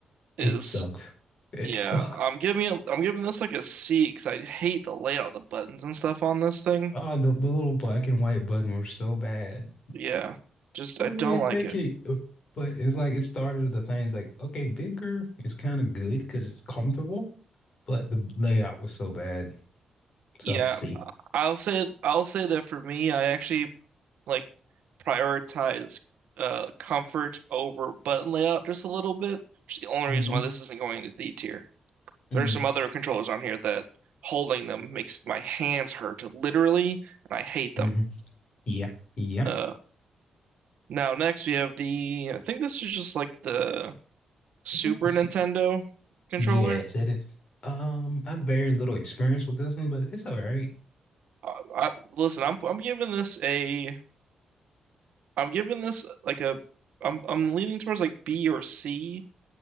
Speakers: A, on the right (about 70°); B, on the left (about 45°).
A: is,
B: It sucked. It
A: yeah,
B: sucked.
A: I'm giving it, I'm giving this like a C because I hate the layout of the buttons and stuff on this thing.
B: Oh, the, the little black and white button were so bad.
A: Yeah, just
B: What
A: I don't
B: were they
A: like
B: thinking?
A: it.
B: But it's like it started with the things like, okay, bigger is kind of good because it's comfortable, but the layout was so bad.
A: Yeah,
B: So C.
A: I'll say I'll say that for me, I actually like prioritize uh comfort over button layout just a little bit, which is the only
B: hmm
A: reason why this isn't going to D tier.
B: hmm
A: There's some other controllers on here that holding them makes my hands hurt, literally, and I hate them.
B: hmm Yeah. Yeah.
A: Uh, now next we have the, I think this is just like the Super
B: That's the s-
A: Nintendo controller.
B: yes, that is. Um, I have very little experience with this one, but it's all right.
A: Uh, I, listen, I'm I'm giving this a, I'm giving this like a, I'm I'm leaning towards like B or C,